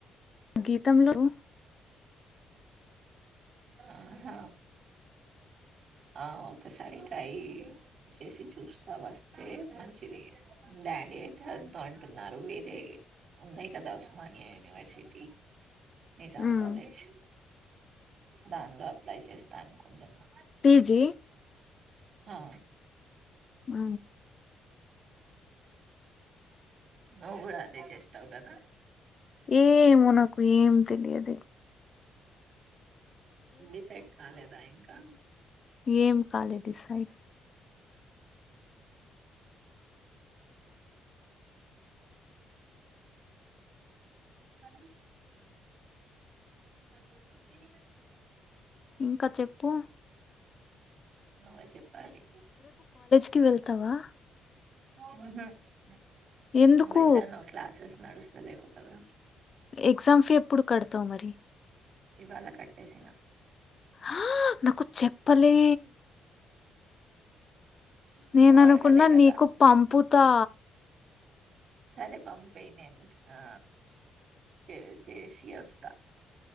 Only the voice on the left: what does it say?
గీతంలో <inaudible>
ఉమ్
పి జీ
ఆ
ఏమో నాకు ఏం తెలియది
ఏం కాలే డిసైడ్
ఇంకా చెప్పు
కి వెళ్తావా
ఎందుకు?
ఎగ్జామ్ ఫీ ఎప్పుడు కడతావు మరి
ఆ నాకు చెప్పలే
నేన అనుకున్నా
నీకు పంపుతా